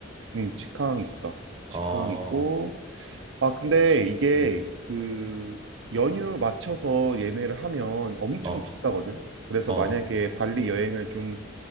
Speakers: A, on the right (about 65°); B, on the right (about 25°).
A: 음, 직항 있어. 직항
B: 아,
A: 있고 아, 근데 이게
B: 음.
A: 그 연휴 맞춰서 예매를 하면 엄청
B: 어.
A: 비싸거든. 그래서
B: 어.
A: 만약에 발리 여행을 좀